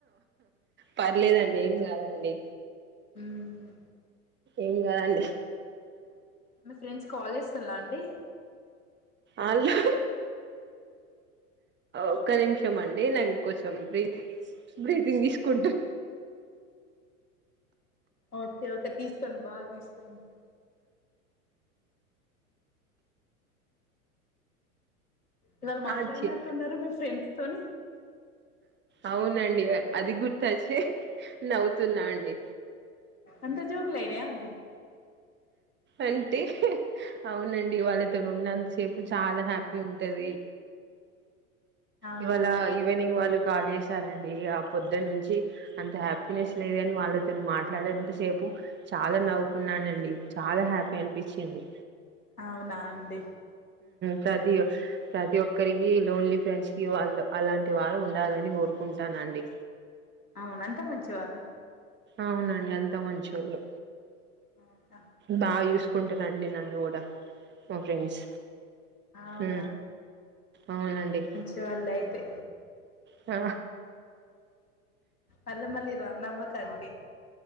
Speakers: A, on the right; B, on the left.
A: పర్లేదండి ఏం కాదండి
B: ఉమ్
A: ఏం కదండి
B: మి ఫ్రెండ్స్ కాల్ చేస్తలా అండి
A: అల్లు ఒక్క నిమిషం అండి నాం కొంచెం బ్రీతింగ్ బ్రీతింగ్ తీసుకుంటా
B: ఓకే ఓకే తీసుకోండి బాగ తీసుకోండి ఇవాళ మాట్లాడినట్టున్నారెమో
A: ఆ చి
B: ఫ్రెండ్స్ తోని
A: అవునండి అది గుర్తొచ్చి నవ్వుతున్నా అండి
B: అంతా జోక్లయిన్యా అండి
A: అంటే అవునండి వాళ్ళతో ఉంన్నతసేపు ఇప్ చాలా హ్యాపీ ఉంటదీ
B: అవునా
A: ఇవాళ ఈవెనింగ్ వాళ్ళు కాల్ చేసారండి ఇక పొద్దు నుంచి అంత హ్యాపీనెస్ లేదు అని వాళ్ళతో మాట్లాడ ఎంతసేపు చాలా నవ్వుకున్నానండి చాలా హ్యాపీ అనిపిచ్చింది
B: అవునా అండి
A: ప్రతి ప్రతి ఒక్కరికి లోన్లీ ఫ్రెంచ్ ఇవాళ్ళు అలాంటి వారు ఉండాలని కోరుకుంటానండి
B: అవున అంతా మంచి వాళ్ళ
A: అవునండి అంతా మంచోళ్ళు
B: ఉ ఉంటా
A: బాగా చూసుకుంటారండి నన్ను కూడా మా ఫ్రెంస్
B: అవునా
A: ఉ అవునండి
B: చల్ల అయితే
A: ఆ
B: మళ్ళీ మళ్ళీ రాన్వానకండి